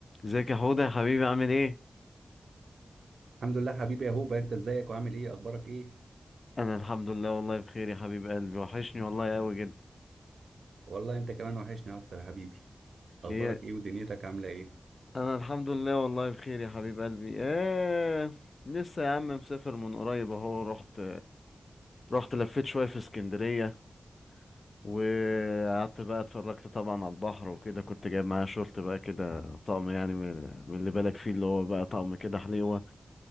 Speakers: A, on the left (about 55°); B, on the right (about 80°).
A: ازيك يا حوده يا حبيبي عامل ايه
B: الحمد لله حبيبي يا هوبا انت ازيك وعامل ايه اخبارك ايه
A: انا الحمد لله والله بخير يا حبيب قلبي وحشني والله قوي جدا
B: والله انت كمان وحشني اكتر يا حبيبي اخبارك
A: ايه
B: ايه ودنيتك عامله ايه
A: انا الحمد لله والله بخير يا حبيب قلبي ايه لسه يا عم مسافر من قريب اهو رحت رحت لفيت شويه في اسكندريه وقعدت بقى اتفرجت طبعا على البحر وكده كنت جايب معايا شورت بقى كده طقم يعني من من اللي بالك فيه اللي هو بقى طقم كده حليوه